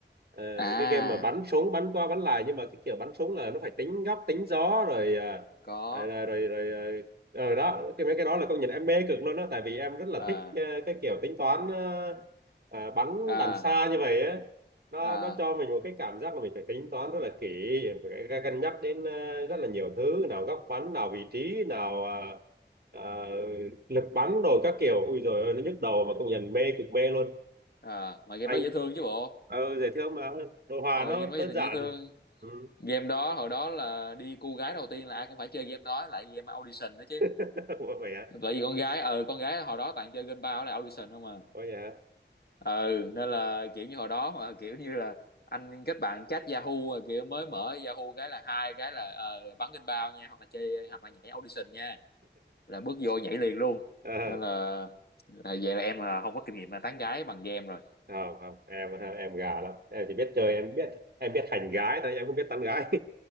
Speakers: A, on the right (about 50°); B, on the left (about 55°).
A: Ờ,
B: à
A: cái game mà bắn súng bắn qua bắn lại nhưng mà cái kiểu bắn súng là nó phải tính góc tính gió rồi à,
B: có
A: rồi rồi rồi, rồi, rồi, rồi đó cái mấy cái đó là công nhận em mê cực luôn á tại vì em rất là
B: à
A: thích ờ, cái kiểu tính toán ờ, à, bắn
B: à
A: đằng xa như vậy á nó
B: à
A: nó cho mình một cái cảm giác là mình phải tính toán rất là kỹ phải c- cân nhắc đến ờ, rất là nhiều thứ nào góc bắn nào vị trí nào ờ, ờ, lực bắn đồ các kiểu ui rồi ôi nó nhức đầu mà công nhận mê cực mê luôn
B: à mà game
A: anh
B: đó dễ thương chứ bộ
A: ờ dễ thương mà đồ họa
B: ờ,
A: nó
B: game
A: đơn
B: đó dành
A: giản
B: dễ thương
A: ừ.
B: game đó hồi đó là đi cu gái đầu tiên là ai cũng phải chơi game đó lại game audition đó chứ
A: <laughs> vậy hả
B: tại vì con gái ờ con gái hồi đó toàn chơi game bao là audition không à
A: ôi hả
B: ừ nên là kiểu như hồi đó mà kiểu như là anh kết bạn chat Yahoo rồi kiểu mới mở Yahoo cái là hai cái là ờ, bắn game bao nha hoặc là chơi hoặc là nhảy audition nha là bước vô nhảy liền luôn
A: Ờ,
B: nên là là vậy là em là không có kinh nghiệm là tán gái bằng game rồi
A: không không em em gà lắm em chỉ biết chơi em biết em biết hành gái thôi em không biết tán gái